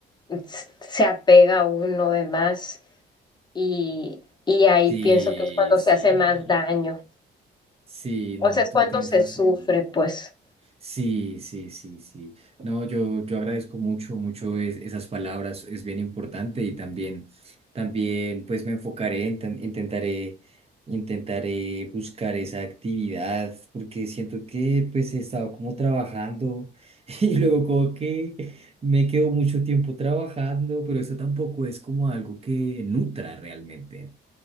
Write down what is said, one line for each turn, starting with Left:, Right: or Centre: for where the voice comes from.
Left: s- se apega a uno de más y, y ahí
Right: Sí,
Left: pienso que es cuando
Right: sí.
Left: se hace más daño,
Right: Sí, no,
Left: o sea, es
Right: tú
Left: cuando
Right: tienes
Left: se
Right: razón.
Left: sufre, pues.
Right: Sí, sí, sí, sí. No, yo, yo agradezco mucho, mucho es- esas palabras, es bien importante y también, también pues me enfocaré, inten- intentaré, intentaré buscar esa actividad porque siento que pues he estado como trabajando <laughs> y luego como que me quedo mucho tiempo trabajando, pero eso tampoco es como algo que nutra realmente.